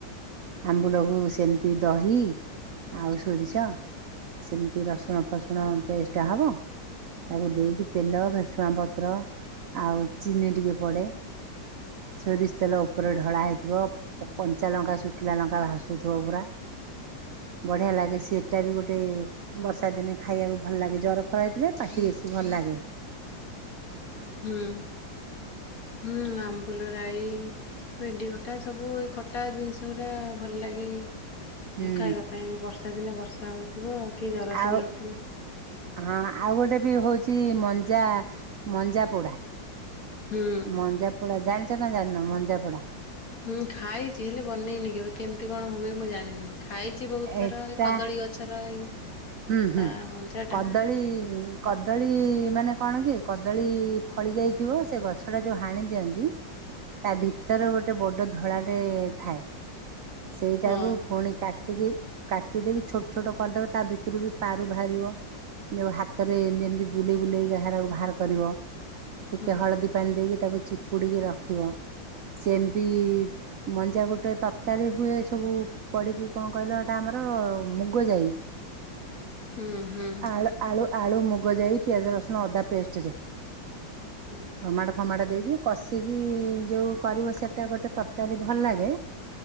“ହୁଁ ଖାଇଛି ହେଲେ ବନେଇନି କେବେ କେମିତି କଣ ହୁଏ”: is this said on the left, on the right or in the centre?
Left